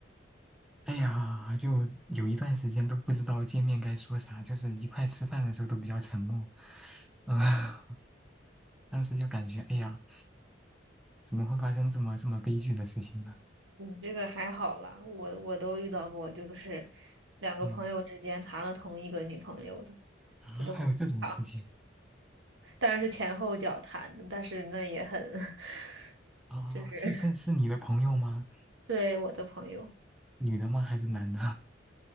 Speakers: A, in the centre; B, on the right (about 80°).
A: 哎呀，就有一段时间都不知道见面该说啥，就是一块吃饭的时候都比较沉默，啊、<laughs> 当时就感觉，哎呀，怎么会发生这么这么悲剧的事情呢？
B: 你这个还好啦，我我都遇到过，就是两个朋友之间谈了同一个女朋友的，
A: 嗯，啊，
B: 这都很正常。
A: 还有这种事情
B: 当然是前后脚谈的，但是那也很，<laughs>
A: 哦，
B: 就是
A: 是是是你的朋友吗？
B: 对我的朋友，
A: 女的吗？还是男的？